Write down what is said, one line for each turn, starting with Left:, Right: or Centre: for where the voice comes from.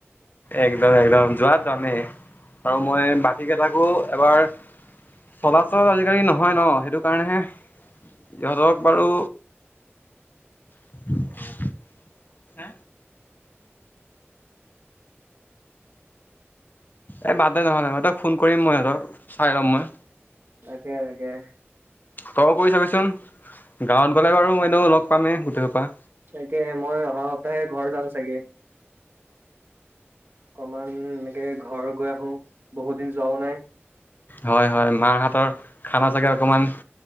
Left: একদম, একদম। যোৱাত যামেই আৰু মই বাকীকেইটাকো এবাৰ চলাচল আজিকালি নহয় ন। সেইটো কাৰণেহে সিহঁতক বাৰু।। <inaudible>
Right: অ
Left: হা? এ বাদ দে নহ'লে সিহঁতক ফোন কৰিম মই। আৰু চাই ল'ম মই
Right: তাকে তাকে
Left: তয়ো কৈ চাবিচোন, গাঁৱত গলে বাৰু মই এনেও লগ পামেই গোটেই সোপাক।।
Right: তাকে মই অহা সপ্তাহে ঘৰ যাম চাগে অকমান এনেকে ঘৰ গৈ আহো বহুত দিন যোৱাও নাই।
Left: হয় হয় মাৰ হাতৰ।। খানা চাগে অকণমান